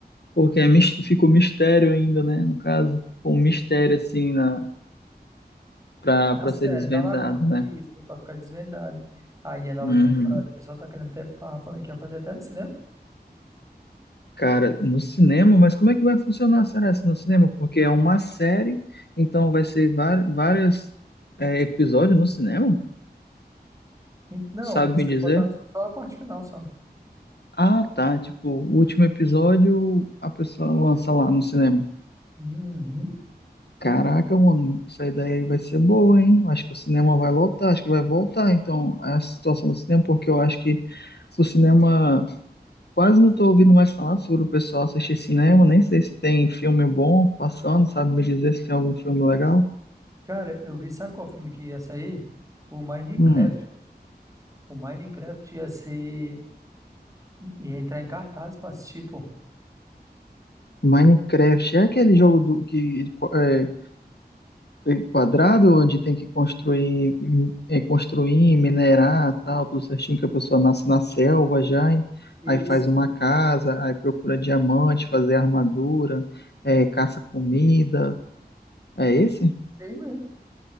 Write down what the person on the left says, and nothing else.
Porque é, mis- ficou mistério ainda, né? No caso, com o mistério,
assim, na para
para
ser desvendado,
né?
Uhum.
Cara, no cinema, mas como é que vai funcionar, será, se no cinema? Porque é uma série, então vai ser var- vários é, episódios no cinema?
Sabe
me
dizer?
Ah, tá, tipo, o último episódio a pessoa lança lá no cinema.
Caraca, mano, essa ideia aí vai ser boa, hein? Eu Acho que o cinema vai lotar, acho que vai voltar, então, a situação do cinema, porque eu acho que o cinema Quase não tô ouvindo mais falar sobre o pessoal assistir cinema, nem sei se tem filme bom passando, sabe me dizer se tem algum filme legal?
Hum,
Minecraft é aquele jogo do que é, é quadrado onde tem que construir, é, construir, minerar, tal, tudo certinho que a pessoa nasce na selva já, hein?
Aí faz uma casa, aí procura diamante, fazer armadura, é, caça comida. É esse?